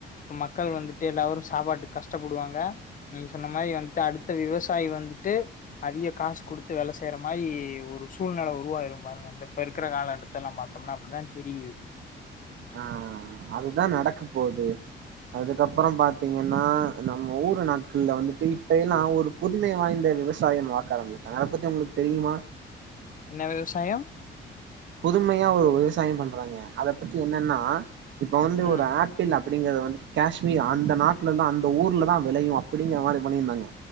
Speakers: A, on the left; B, on the right.
A: மக் மக்கள் வந்துட்டு எல்லாரு சாப்பாட்டுக்கு கஷ்டப்படுவாங்க நீங்க சொன்ன மாரி வந்துட்டு அடுத்த விவசாயி வந்துட்டு அதிக காசு குடுத்து வேல செய்யற மாரி ஒரு சூழ்நெல உருவாயிரும் பாருங்க இந்த இப்ப இருக்குற கால கட்டத்தெல்லாம் பாத்தம்னா அப்டித்தான் தெரியுது
B: ஆ அதுதா நடக்க போகுது அதுக்கப்புறோம் பாத்தீங்கன் னா நம்ம ஊர நாட் கள் வந்துட்டு இப்ப எல்லா ஒரு புதுமை வாய்ந்த விவசாயம் பாக்க ஆரம்பிச்சுட்டாங்க அத பத்தி உங்களுக்கு தெரியுமா
A: என்ன விவசாயோ
B: புதுமையா ஒரு விவசாயம் பண்றாங்க அத பத்தி என்னன்னா இப்ப வந்து
A: ம்
B: ஒரு ஆப்பிள் அப் அப்பிடிங்கறது வந்து காஷ்மீர் அந்த நாட்டுலதா அந்த ஊர்லதா வெளையு அப்பிடிங்கிற மாரி பண்ணியிருந்தாங்க